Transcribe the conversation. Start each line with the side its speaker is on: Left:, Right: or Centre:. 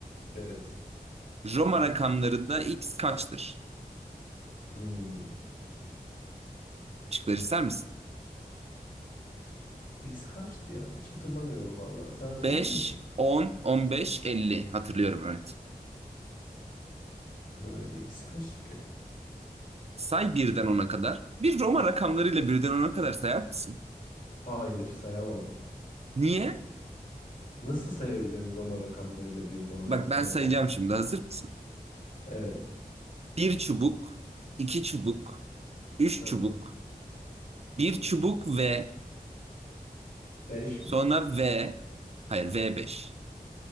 Left: Evet.
Right: Roma rakamlarında X kaçtır?
Left: Hmm.
Right: Şıkları ister misin?
Left: X kaçtı ya? Hiç hatırlamıyorum valla. Sen hatırlıyor
Right: Beş,
Left: musun?
Right: on, on beş, elli Hatırlıyorum evet.
Left: Ha, X kaç ki?
Right: Say birden ona kadar. Bir Roma rakamlarıyla birden ona kadar sayar mısın?
Left: Hayır, sayamam.
Right: Niye?
Left: Nasıl sayabilirim Roma rakamlarıyla birden ona,
Right: Bak ben
Left: ona
Right: sayacağım
Left: kadar?
Right: şimdi. Hazır mısın?
Left: Evet.
Right: Bir çubuk, iki çubuk, üç
Left: Hı
Right: çubuk,
Left: hı.
Right: bir çubuk ve
Left: Beş
Right: sonra
Left: mi?
Right: V, hayır v beş.